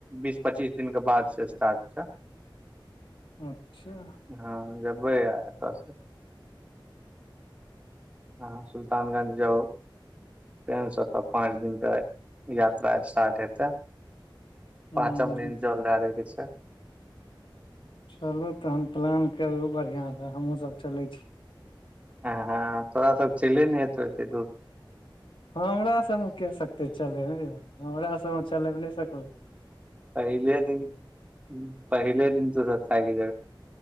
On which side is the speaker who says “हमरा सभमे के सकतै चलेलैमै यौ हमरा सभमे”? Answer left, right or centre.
Left